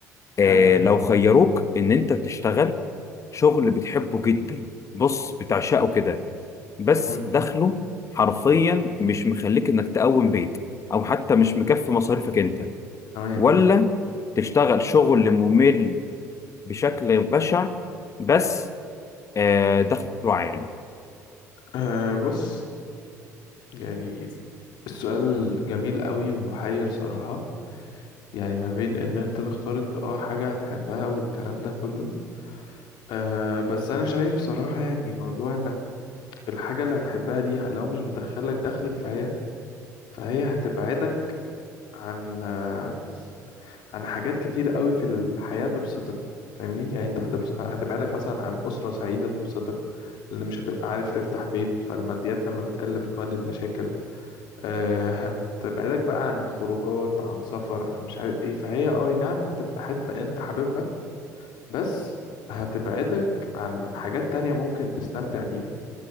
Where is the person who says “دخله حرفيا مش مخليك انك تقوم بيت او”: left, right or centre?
Left